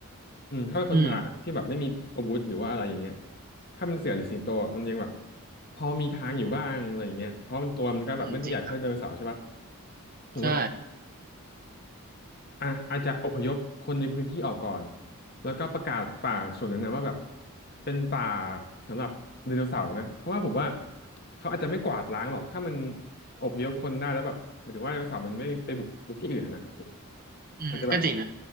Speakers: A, on the left (about 45°); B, on the right (about 40°).
A: อืมถ้าเป็นคนธรรมดานะที่แบบไม่มีอาวุธหรือว่าอะไรอย่างเงี้ย
B: อืม
A: ถ้าเป็นเสือหรือสิงโตอะมันยังแบบพอมีทางอยู่บ้างอะไรอย่างเงี้ยเพราะมันตัวมันก็แบบไม่ได้ใหญ่เท่าไดโนเสาร์ใช่ปะ
B: อืมจริงครับ
A: ผมว่า
B: ใช่
A: อ่ะอาจจะอพยพคนในพื้นที่ออกก่อนแล้วก็ประกาศป่าส่วนนั้นนะว่าแบบเป็นป่าสำหรับไดโนเสาร์นะเพราะว่าผมว่าเขาอาจจะไม่กวาดล้างหรอกถ้ามันอพยพคนได้แล้วแบบหมายถึงว่าไดโนเสาร์มันไม่ไปบุกรุกที่อื่นอะนะ
B: อืมก็จริงนะ
A: อาจจะแบบ